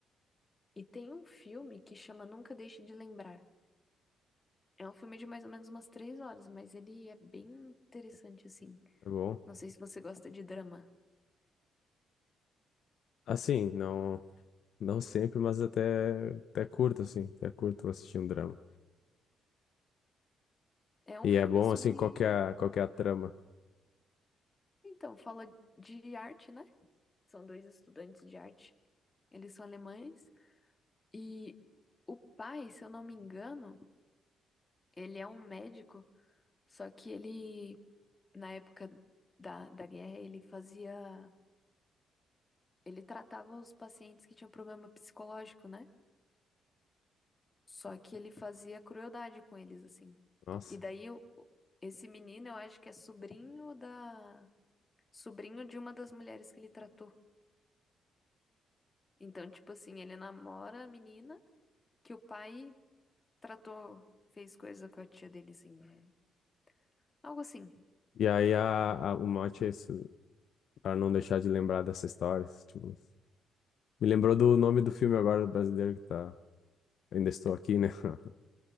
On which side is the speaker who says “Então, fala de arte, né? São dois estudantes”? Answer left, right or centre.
Left